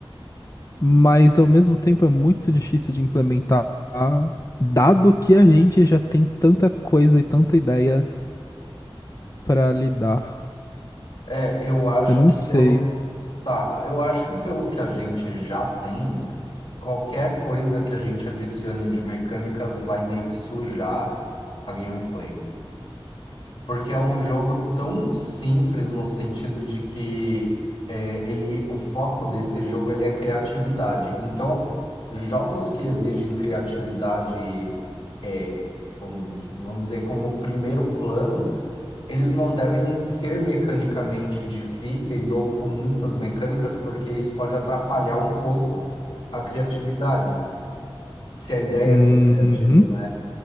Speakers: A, on the left (about 35°); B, on the left (about 65°).
A: mas ao mesmo tempo é muito difícil de implementar, dado que a gente já tem tanta coisa e tanta ideia pra lidar.
B: É, eu acho
A: Eu não
B: que
A: sei.
B: pelo Tá, eu acho que pelo que a gente já tem, qualquer coisa que a gente adicione de mecânicas vai meio que sujar a gameplay. Porque é um jogo tão simples no sentido de que é, ele, o foco desse jogo ele é criatividade. Então, jogos que exigem criatividade, é, vamos, vamos dizer, como primeiro plano. Eles não devem ser mecanicamente difíceis ou com muitas mecânicas, porque isso pode atrapalhar um pouco a criatividade. Se a ideia
A: Uhum.
B: é ser criativo, né?